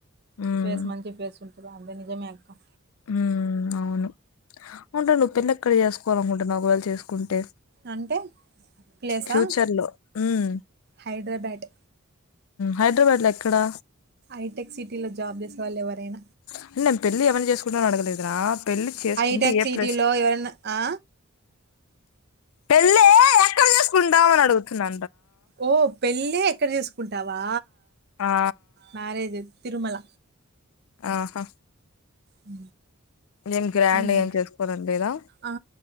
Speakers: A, on the left; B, on the right.
A: హ్మ్
B: ఫేస్ మంచి ఫేస్ ఉంటుందా అదే నిజంమే అక్క
A: ఉ అవును ఉంటా నువ్వు పెళ్న్నెక్కడి చేసుకోవాలనుకుంటున్నావు ఒక్వెల చేసుకుంటే
B: అంటే ప్లేసా?
A: ఫ్యూచర్ లో ఉమ్
B: హైదరాబాద్
A: హైదరాబాద్ లో ఎక్కడా
B: ఐటెక్ సిటీలో జాబ్ చేసేవాళ్ళ ఎవరైనా
A: అంటే నేను పెళ్లి ఎవరిని చేసుకుంటానో అడగలేదురా పెళ్లి చేసుకుంటే
B: హైటెక్
A: ఏ
B: సిటీలో
A: ప్లస్
B: ఎవరన్నా ఆ
A: పెళ్ళ కుడామ అడుగుతున్నా
B: ఓ పెళ్ళి ఎక్కడ చేసుకుంటావా
A: ఆ
B: మ్యారేజ్ తిరుమల
A: ఆహా
B: అ
A: ఏం గ్రాండ్
B: అన్నీ
A: ఏం చేసుకోవాలని లేదా
B: ఆ